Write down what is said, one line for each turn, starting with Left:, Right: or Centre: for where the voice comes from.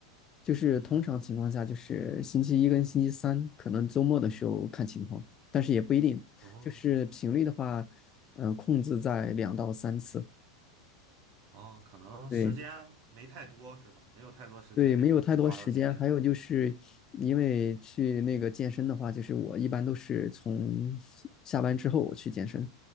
Left: 就是通常情况下就是星期一跟星期三，
Right: 嗯哼。
Left: 可能周末的时候看情况，但是也不一定，
Right: 哦
Left: 就是频率的话，呃，控制在两到三次。
Right: 哦，可能时间没太多是吧？
Left: 对。
Right: 没有太多时间会花到健身上。
Left: 对，没有太多时间。还有就是，因为去那个健身的话，就是我一般都是从下班之后我去健身，